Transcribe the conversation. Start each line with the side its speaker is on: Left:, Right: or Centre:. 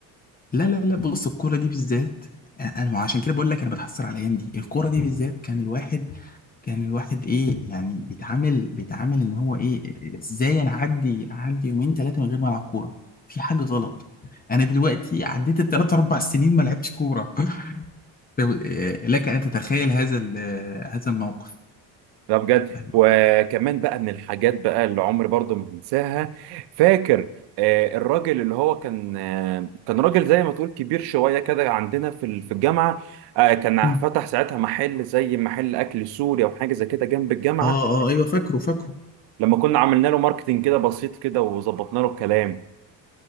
Left: لا لا لا بص الكورة دي بالذات انا ما عشان كده بقول لك انا بتحسر على الايام دي الكورة دي بالذات كان الواحد كان الواحد ايه يعني بيتعامل بيتعامل ان هو ايه ازاي انا اعدي اعدي يومين ثلاثة من غير ما العب كورة في حاجة غلط انا دلوقتي عديت الثلاث اربع سنين ما لعبتش كورة لو- آه، لك أن تتخيل هذا ال- آه، هذا الموقف
Right: لا بجد
Left: فهل-
Right: وكمان بقى من الحاجات بقى اللي عمري برضو ما هنساها فاكر آه، الراجل اللي هو كان آه، كان راجل زي ما تقول كبير شويه كده عندنا في ال- في الجامعه آه، كان
Left: مم.
Right: فتح ساعتها محل زي محل اكل سوري او حاجه زي كده جنب الجامعه
Left: اه اه ايوه فاكره فاكره
Right: لما كنا عملنا له ماركتينج كده بسيط كده وظبطنا له الكلام